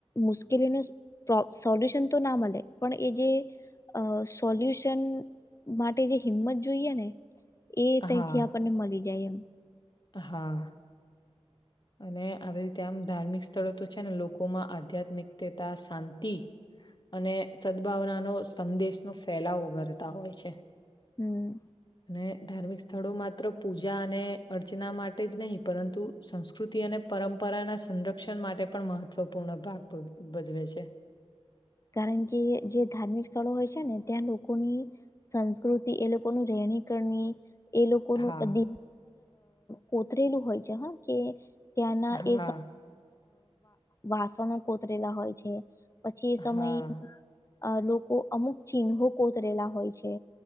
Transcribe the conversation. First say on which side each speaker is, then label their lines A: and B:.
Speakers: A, on the left (about 30°); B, on the left (about 45°).
A: મુશ્કેલીનુંો સોલ્યુશન તો ના મળે પણ એ જે અ સોલ્યુશન માટે જે હિંમત જોઈએ ને એ તથી
B: હા,
A: આપણને મળી જાય એમ
B: હા અને આવી રીતે આમ ધાર્મિક સ્થળો તો છે ને લોકોમાં આધ્યાત્મિકતા શાંતિ અને સદભાવનાનો સંદેશનોો ફેલાવો કરતા હોય છે
A: હમ
B: અને ધાર્મિક સ્થળો માત્ર પૂજા અને અર્ચના માટે જ નહીં પરંતુ સંસ્કૃતિ અને પરંપરાના સંરક્ષણ માટે પણ મહત્વપૂર્ણ ભાગ ભજવે છે
A: કારણ કે જે ધાર્મિક સ્થળો હોય છે છે ને ત્યાં લોકોની સંસ્કૃતિ એ લોકો ન રહેણી કરણી એ લોકોનું
B: હા,
A: દિનર કોતરેલું હોય છે હ કે ત્યાંના
B: હા,
A: એ વાસણો કોતરેલા હોય છે પછી એ સમયે
B: હા
A: અ લોકો અમુક ચિહ્નો કોતરેલા હોય છે